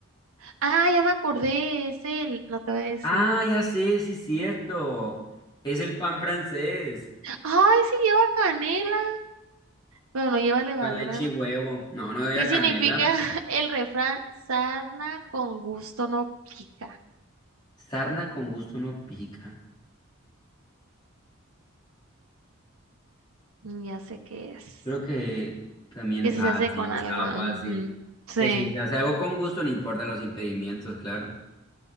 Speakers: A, on the right (about 80°); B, on the left (about 20°).
A: Ah, ya me acordé, es el, no te voy a decir.
B: Ah, ya sé, sí, es cierto. Es el pan francés.
A: Ay, sí lleva canela, pero no lleva levadura,
B: Pan, leche
A: ¿no?
B: y huevo. No, no había
A: ¿Qué
B: canela.
A: significa <laughs> el refrán? Sarna con gusto no pica.
B: Sarna con gusto no pica.
A: Mm, Ya sé qué es.
B: Creo que también,
A: Que si
B: ah,
A: se hace
B: sí,
A: con
B: está
A: algo.
B: fácil.
A: ujú, Sí,
B: Que si se hace algo con gusto, no importan los impedimentos claro.